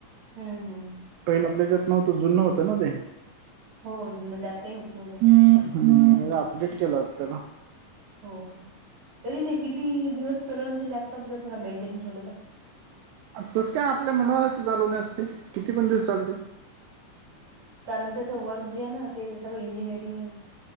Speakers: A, on the right; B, on the right.
A: हम्म हम् ह
B: पैल आपल्याच्यात नव्हतं जुनं होतं ना ते
A: हो जुन त्यात काही होत नव्हतं
B: नाहीतर अपडेट केलं असतं ना
A: हो का तरी ते किती दिवस चलल ते लॅपटॉप जर त्यां मेंटेन ठेवलं तर
B: तस काय आपल्या मनावरच ते चालवणे असते किती पण दिवस चालते
A: कारण त्याच वर्क जे आहे ना ते सगळं इंजिनिअरिंग